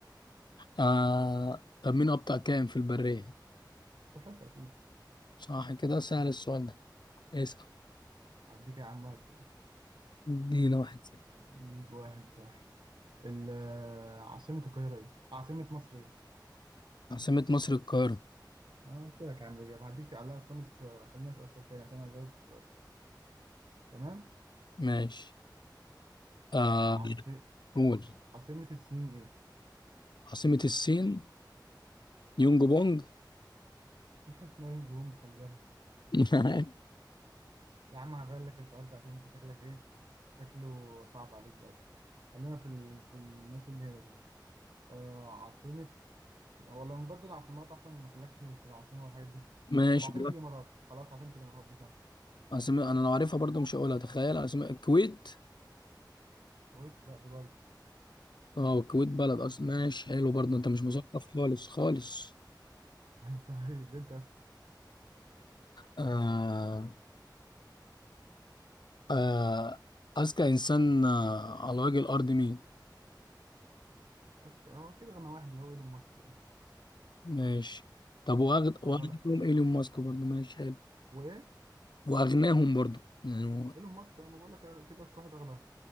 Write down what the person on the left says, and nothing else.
آه... طب مين أبطأ كائن في البرية؟
صح كده سهل السؤال ده اسأل
ادينا واحد سهل.
عاصمة مصر القاهرة
ماشي آه...
قول
عاصمة الصين يونج بونج
<laughs>
ماشي
اسامي انا لو عارفها برضو مش هقولها تخيل اسامي الكويت
اه الكويت بلد اصلا ماشي حلو برضو انت مش
مثقف
خالص خالص
آه آه اذكى انسان آه على وجه الارض مين
ماشي طب واغد
واغناهم
ايلون ماسك برضو ماشي حلو
واغناهم برضو يعني هو-